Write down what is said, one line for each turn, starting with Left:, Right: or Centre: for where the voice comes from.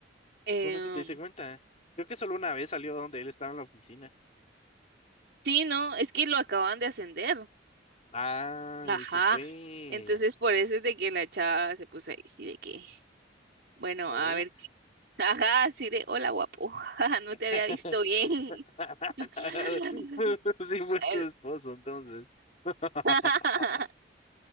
Right: Em,
Left: No sé si te diste cuenta. Creo que solo una vez salió donde él estaba en la oficina.
Right: sí, no, es que lo acaban de ascender.
Left: Ah,
Right: Ajá,
Left: eso fue.
Right: entonces por eso es de que la chava se puso ahí, sí, de que, bueno,
Left: Hola.
Right: a ver, <laughs> ajá, así de, hola guapo, <laughs> no
Left: <laughs>
Right: te había visto bien.
Left: <laughs>
Right: <laughs>
Left: Sí fue
Right: Eh,
Left: tu esposo, entonces. <laughs>
Right: <laughs>